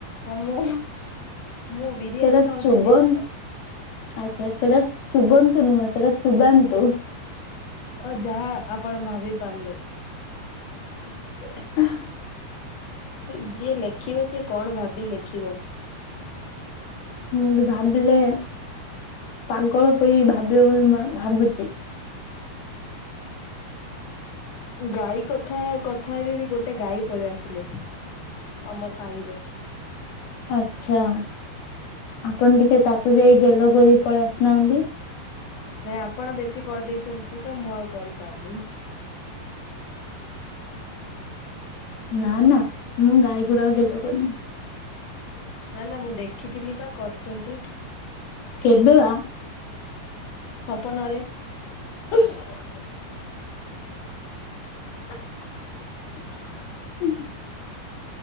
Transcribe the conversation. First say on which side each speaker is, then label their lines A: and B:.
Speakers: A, on the left; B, on the left.
A: ହଁ ମୁଁ ମୁଁ ବିରିୟାନୀ
B: ସେଟା
A: ଖାଉଥିଲି
B: ଚୁବନ
A: ତ।
B: ଆଚ୍ଛା ସେରା ଚୁବନ୍ତୁ ନୁହଁ ସେଟା ଚୁବାନ୍ତୁ।
A: ଆଉ ଯାହା ଆପଣ ଭାବି ପାରିଲେ।
B: <unintelligible>
A: ଏ ଯିଏ ଲେଖିବ ସିଏ କଣ ଭାବି ଲେଖିବ।
B: ମୁଁ ବି ଭାବିଲେ ପାଗଳ ପରି ଭାବିବ ବୋଲି ଭା ଭାବୁଚି।
A: ଗାଈ କଥା କଥା ହେଲିଏରି ଗୋଟେ ଗାଈ ପଳି ଆସିଲେ ଆମ ସାହିରେ।
B: ଆଛା ଆପଣ ଟିକେ ତାକୁ ଯାଇ ଗେଲ କରି ପଳେଇ ଆସୁନାହାନ୍ତି।
A: ନାଇଁ ଆପଣ ବେଶୀ କରି ଦେଇଛନ୍ତି ତ ମୁଁ ଆଉ କରିପାରୁନି।
B: ନା ନା ମୁଁ ଗାଈ ଗୁଡ଼ାକୁ ଗେଲ କରିନି।
A: ନା ନା ମୁଁ ଦେଖିଥିଲି ପା କରିଚନ୍ତି।
B: କେବେ ବା?
A: ସପନରେ।
B: <unintelligible> <inaudible>